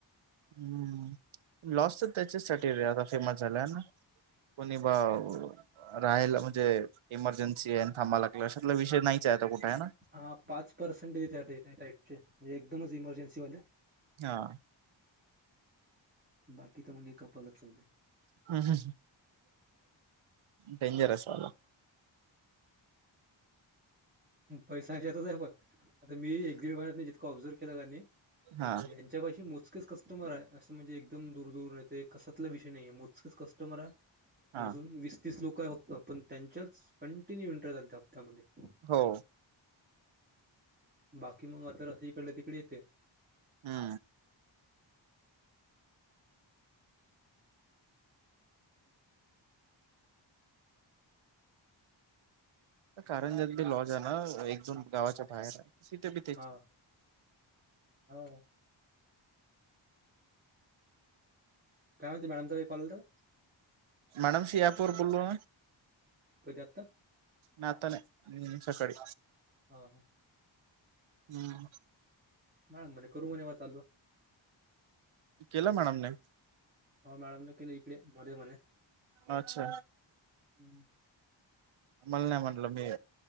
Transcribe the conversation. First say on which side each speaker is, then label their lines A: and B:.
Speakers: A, on the right; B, on the right.
A: हम्म लॉसचं त्याच्यासाठी आता फेमस झालाय ना. कोणी बाव राहायला म्हणजे इमर्जन्सी आहे थांबा लागल अशतला विषय नाहीच आहे आता कुठे आहे ना.
B: हा पाच पर्सेंटेज <unintelligible> म्हणजे एकदमच इमर्जन्सीवाले..
A: हा.
B: बाकी तर म्हणजे कपलच चालते.
A: हम्म हम. डेंजर असा बा.
B: पैसा ह्यातच आहे पण आता मी एक दीड महिन्यातनं जितकं ऑब्झर्व केलं त्यांनी त्याच्या
A: हा
B: मोजकीच कस कस्टमर आहे असं म्हणजे एकदम दूर दूर आहे तेे कसातला विषय नाहीये मोजकच कस्टमर आहे.
A: हा
B: मोजून वीस तीस लोक आहे फक्त पण त्यांच्याच कंटिन्यू इंटऱ्या झालत्या हप्त्यामध्ये.
A: हो.
B: बाकी मग आता असं इकडलं तिकडे येते.
A: हा कारणजती लॉज आहे ना एक दोन गावाच्या बाहेर आहे तिथेी
B: हा हो काय होती मॅम कॉल तर-
A: मॅडमशी अँपवर बोलू.
B: कधी आत्ता?
A: नाय आता नाय हम्म सकाळी.
B: हा हा.
A: हम्म
B: मॅम म्हणे करू म्हव चालो-
A: केलं मॅडमने-
B: हो मॅडम न केले इकडे मध्ये मणे-
A: अच्छा-
B: हम्-
A: मला नाही म्हटलं मी